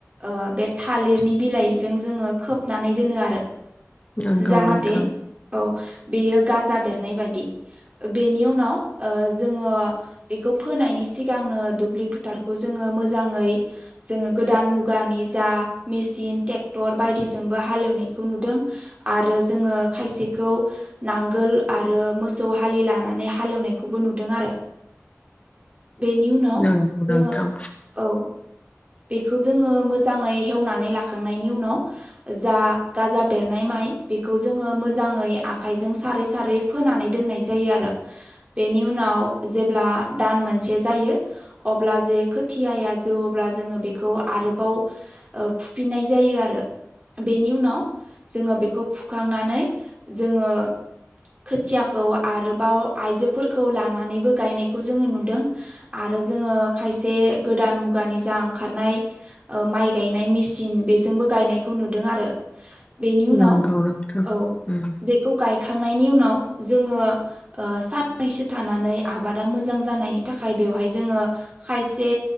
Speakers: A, on the right (about 25°); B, on the left (about 25°).
A: ओ बे थालिरनि बिलाइजों जोंङो खोबनानै दोनो आरो
B: नंगौ
A: जाहाथे
B: नोंथां
A: औ बेयो गाजा बेरनाय बाददि बेनि उनाव जोंङो बेखौ फोनायनि सिगांनो दुब्लि फोथारखौ जोंङो मोजाङै जोंङो गोदान मुगानि जा मेसिन ट्रेक्टर बायदिजोंबो हालेवनायखौ नुदों आरो जोंङो खायसेखौ नांगोल आरो मसौ हालि लानानै हालेवनायखौबो नुदों आरो बेनि उनाव
B: नंगौ नोंथां
A: जोंङो औ बेखौ जोंङो मोजांङै हेवनानै लाखांनायनि उनाव जा गाजा बेरनाय माइ बेखौ जों मोजांङै आखाइजों सारै सारै फोनानै दोननाय जायो आरो बेनि बेनि उनाव जेब्ला दान मोनसे जायो अब्ला जे खोथिया जौवो अब्ला जोंङो बेखौ आरोबाव फुफिननाय जायो आरो बेनि उनाव जोंङो बेखौ फुखांनानै जोंङो खोथियाखौ आरोबाव आयजोफोरखौ लानानैबो गायनायखौ जोंङो नुदों आरो आरो जोंङो खायसे गोदान मुगानि जांग ओंखारनाय माइ गायनाय मेसिन बेजोंबो गायनायखौ नुदों आरो बेनि उनाव
B: नंगौ नोंथां
A: औ
B: उम
A: बेखौ गाय गायखांनायनि उनाव जोंङो सानैसो थानानै आबादा मोजां जानायनि थाखाय बेवहाय जोंङो खायसे